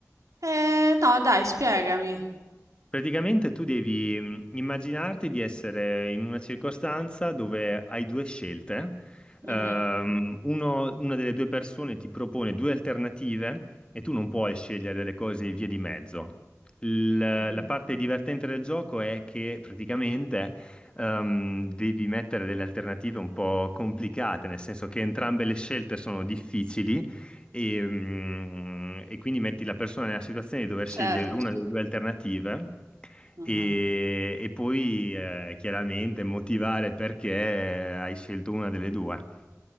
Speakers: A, on the right (about 75°); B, on the left (about 20°).
A: Eh, no, dai, spiegami.
B: Praticamente tu devi mh, immaginarti di essere in una circostanza dove hai due scelte.
A: Mhm,
B: Ehm, uno- una delle due persone ti propone due alternative e tu non puoi scegliere delle cose via di mezzo. Il- la
A: mhm,
B: parte divertente del gioco è che praticamente ehm, devi mettere delle alternative un po' complicate, nel senso che entrambe le scelte sono difficili e, mm, e quindi metti la persona nella situazione di dover
A: certo.
B: scegliere una delle due alternative
A: mhm.
B: e, e poi eh, chiaramente motivare perché hai scelto una delle due.